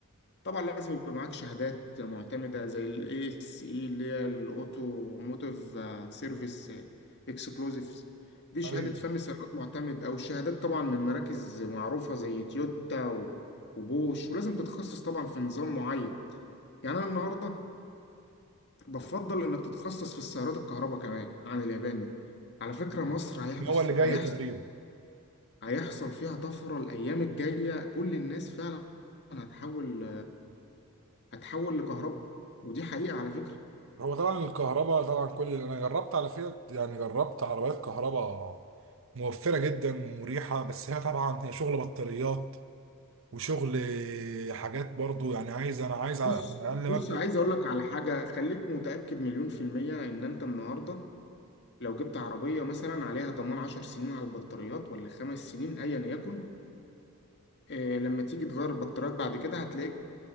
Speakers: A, on the left; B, on the right.
A: طبعا لازم يبقى معاك شهادات معتمدة زي ال ASE اللي هي الأوتوموتيف سيرفيس اكسكلوزيفز دي شهادة
B: ايوه
A: فني سيارات معتمد أو شهادات طبعا من مراكز معروفة زي تويوتا و- وبوش ولازم تتخصص طبعا في نظام معين يعني أنا النهاردة بفضل إنك تتخصص في السيارات الكهرباء كمان عن الياباني على فكرة
B: آه.
A: مصر هيحدث
B: هو اللي
A: هيحصل
B: جاي تقريبا
A: هيحصل فيها طفرة الأيام الجاية كل الناس فعلا هتحول هتحول لكهرباء ودي حقيقة على فكرة
B: هو طبعا الكهرباء طبعا كل اللي انا جربت على فيات يعني جربت عربيات كهرباء موفره جدا ومريحه بس هي طبعا هي شغل بطاريات وشغل آه، حاجات برضو يعني عايز انا عايز على
A: بص
B: اقل
A: بص
B: مبدأ
A: عايز اقول لك على حاجة خليك متأكد مليون في المية ان انت النهاردة لو جبت عربية مثلا عليها ضمان عشر سنين على البطاريات ولا خمس سنين ايا يكن آه لما تيجي تغير البطاريات بعد كده هتلاقيك